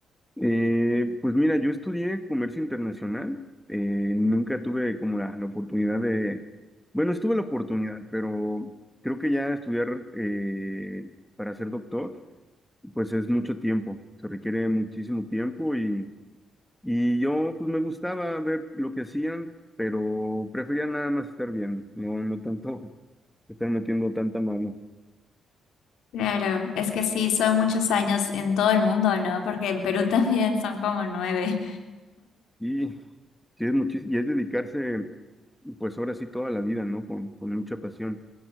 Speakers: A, in the centre; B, on the left (about 80°).
A: Eh, pues mira, yo estudié comercio internacional, eh, nunca tuve como la, la oportunidad de, bueno, estuve la oportunidad, pero creo que ya estudiar eh, para ser doctor, pues es mucho tiempo, se requiere muchísimo tiempo y, y yo pues me gustaba ver lo que hacían, pero prefería nada más estar viendo, no, no tanto <laughs> estar metiendo tanta mano.
B: Claro, es que sí, son muchos años en todo el mundo, ¿no? Porque en Perú <laughs> también son como nueve.
A: Y sí es muchis- y es dedicarse, pues ahora sí toda la vida, ¿no? Con, con mucha pasión.